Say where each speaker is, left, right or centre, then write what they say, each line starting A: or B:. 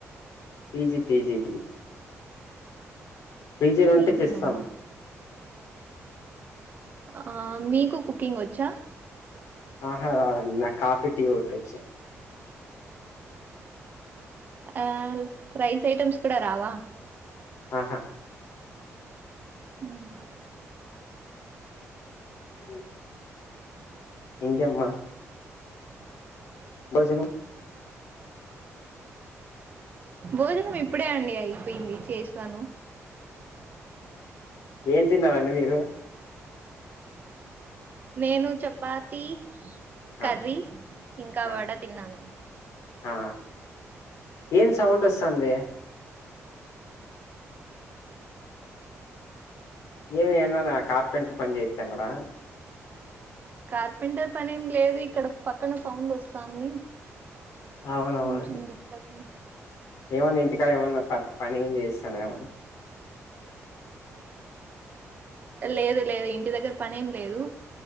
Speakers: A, on the left; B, on the right.
A: పీజీ టేజీ. పీచేలుంటే
B: పీజీలోనా
A: తెస్తాం.
B: ఆ మీకు కుకింగ్ ఓచ్చా.
A: ఆహా రాదండి నాక్ కాఫీ టీ ఓ టోచ్చు.
B: ఆ రైస్ ఐటమ్స్ కూడా రావా.
A: ఆహా.
B: ఉమ్.
A: అ ఇంకే అమ్మా. బజను.
B: భోజనం ఇప్పుడే అండి అయిపోయింది చేసాను
A: ఏం తిన్నారండి మీరు
B: నేను చపాతి కర్రీ
A: ఆ
B: ఇంకా
A: ఆ
B: వడ తిన్నాను
A: ఆ ఏమ్ సౌండ్ వస్తంది ఏమ్ ఏనోనా కార్పెంటర్ పనీ చేతనరా
B: కార్పెంటర్ పనేం లేదు ఇక్కడ పక్కన సౌండ్ వస్తాంది
A: అవునవునండి
B: కొంచెం డిస్టబెన్స్
A: ఏమన్నా ఇంటికాడ ఏమన్నా ప పని చేస్తాను మని
B: లేదు లేదు ఇంటి దగ్గర పని ఏం లేదు